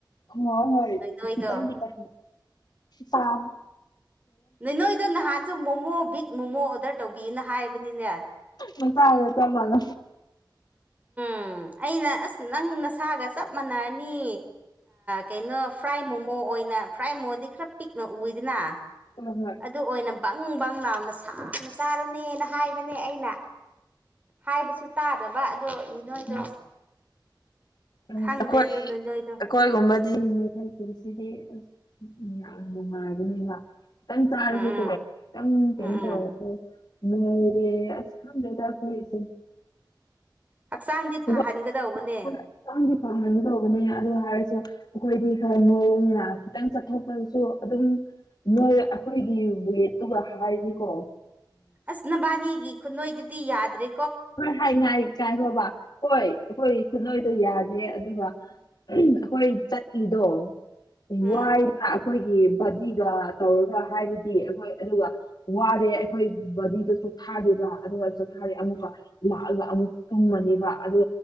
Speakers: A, on the left; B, on the right.
A: ꯍꯣꯏ ꯍꯣꯏ
B: ꯅꯣꯏ ꯅꯣꯏꯗꯣ
A: ꯤꯄꯅꯤ ꯄꯅꯤ ꯄꯥꯝ
B: ꯅꯣꯏ ꯅꯣꯏꯗꯣ ꯅꯍꯥꯟꯁꯨ ꯃꯣꯃꯣ ꯕꯤꯛ ꯃꯣꯃꯣ ꯑꯣꯗꯔ ꯇꯧꯕꯤꯌꯨꯅ ꯍꯥꯏꯕꯅꯤꯅꯦ
A: ꯃꯁ ꯍꯥꯏ ꯆ ꯃꯂ
B: ꯎꯝ ꯑꯩꯅ ꯑꯁ ꯅꯪ ꯏꯁꯥꯒ ꯆꯞ ꯃꯥꯟꯅꯔꯅꯤ ꯀꯩꯅꯣ ꯐ꯭ꯔꯥꯏ ꯃꯣꯃꯣ ꯑꯣꯏꯅ ꯐ꯭ꯔꯥꯏ ꯃꯣꯃꯣꯗꯤ ꯈꯔ ꯄꯤꯛ ꯎꯋꯗꯅ
A: ꯍꯣꯏ ꯍꯣꯏ
B: ꯑꯗꯨ ꯑꯣꯏꯅ ꯕꯪ ꯕꯪ ꯂꯥꯎꯅ ꯁꯅ ꯆꯥꯔꯨꯅꯦꯅ ꯍꯥꯏꯕꯅꯦ ꯑꯩꯅ ꯍꯥꯏꯕꯁꯨ ꯇꯥꯗꯕ ꯑꯗꯣ ꯅ ꯅꯣꯏꯗꯣ
A: ꯎꯝ ꯑꯩꯈꯣꯏ
B: ꯈꯪꯗ꯭ꯔꯦ ꯑꯗꯨ ꯅꯣꯏ ꯅꯣꯏꯗꯣ
A: ꯑꯩꯈꯣꯏꯒꯨꯝꯕꯗꯤ ꯃꯈꯥꯏꯄꯨꯔꯁꯤꯗꯤ ꯎ ꯎ ꯌꯥꯝ ꯅꯨꯡꯉꯥꯏꯕꯅꯦꯕ ꯪꯆꯥ
B: ꯎꯝ
A: ꯆ
B: ꯎꯝ
A: ꯀꯪ ꯀ
B: ꯎꯝ
A: ꯇ
B: ꯎꯝ
A: ꯅꯣꯏꯔꯦ ꯑꯁ ꯈꯪꯗꯦꯗ ꯈꯣꯏꯁꯦ
B: ꯍꯛꯆꯥꯡꯗꯤ
A: <unintelligible>
B: ꯐꯍꯟꯒꯗꯧꯕꯅꯦ
A: ꯐꯪꯍꯟꯒꯦ ꯇꯧꯕꯅꯤ ꯑꯗꯨ ꯍꯥꯏꯔꯁꯨ ꯑꯩꯈꯣꯏꯗꯤ ꯈꯔꯥ ꯅꯣꯏꯕꯅꯤꯅ ꯈꯤꯇꯪ ꯆꯠꯊꯣꯛꯄꯗꯁꯨ ꯑꯗꯨꯝ ꯃꯣꯏ ꯑꯩꯈꯣꯏꯒꯤ ꯋꯦꯠꯇꯨꯒ ꯍꯥꯏꯔꯤꯀꯣ
B: ꯑꯁ ꯅꯕꯥꯅꯤꯒꯤ ꯈꯨꯟꯅꯣꯏꯗꯨꯗꯤ ꯌꯥꯗ꯭ꯔꯦ
A: ꯍꯣꯏ ꯍꯥꯏ ꯉꯥꯏ ꯆꯥꯏꯈꯕ ꯍꯣꯏ ꯑꯩꯈꯣꯏ ꯈꯨꯠꯅꯤꯏꯗꯣ ꯌꯥꯗꯔꯦ ꯑꯗꯨꯒ ꯎ ꯑꯩꯈꯣꯏ ꯆꯠꯂꯤꯗꯣ
B: ꯎꯝ
A: ꯋꯥꯏꯅ ꯑꯩꯈꯣꯏ ꯕꯗꯤꯒ ꯇꯧꯔꯒ ꯍꯥꯏꯕꯗꯤ ꯑꯩꯈꯣꯏ ꯑꯗꯨꯒ ꯋꯥꯔꯦ ꯑꯩꯈꯣꯏ ꯕꯗꯤꯗꯨꯁꯨ ꯊꯥꯔꯤꯕ ꯑꯗꯨꯒꯁꯨ ꯊꯥꯔꯤ ꯑꯃꯨꯛꯀ ꯂꯥꯛꯑꯒ ꯑꯃꯨꯛ ꯇꯨꯝꯃꯅꯦꯕ ꯑꯣ